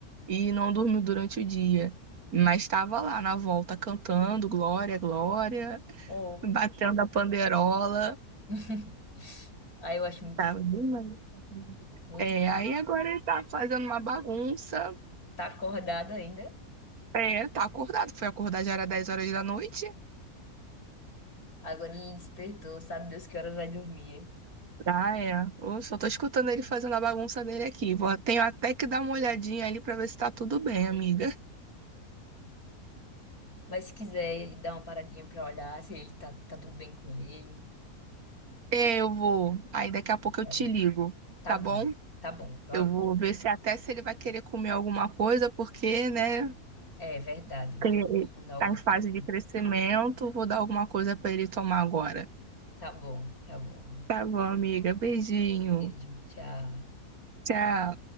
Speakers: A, on the right (about 70°); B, on the left (about 70°).
A: e não dormiu durante o dia. Mas estava lá na volta cantando Glória, Glória,
B: Oh.
A: batendo a panderola.
B: <laughs> Aí eu acho muito
A: Tava
B: fofo,
A: demais.
B: muito
A: É,
B: fofo.
A: aí agora ele tá fazendo uma bagunça.
B: Tá acordado ainda?
A: É, tá acordado. Foi acordar já era dez horas da noite.
B: Agora ele despertou, sabe Deus que horas vai dormir.
A: Ah, é. Eu só tô escutando ele fazendo a bagunça dele aqui. Vou, tenho até que dar uma olhadinha ali pra ver se tá tudo bem, amiga. <laughs>
B: Mas se quiser dar uma paradinha pra olhar se ele tá, tá tudo bem com ele.
A: É, eu vou. Aí daqui a pouco
B: É,
A: eu te ligo,
B: tá
A: tá
B: bom,
A: bom?
B: tá bom. eu
A: Eu
B: aguardo.
A: vou ver se até se ele vai querer comer alguma coisa, porque, né,
B: É verdade, viu?
A: cre-
B: Então, dá alguma
A: tá em fase
B: coisa.
A: de crescimento, vou dar alguma coisa para ele tomar agora.
B: Tá bom, tá bom.
A: Tá bom, amiga. Beijinho.
B: Beijo, tchau.
A: Tchau.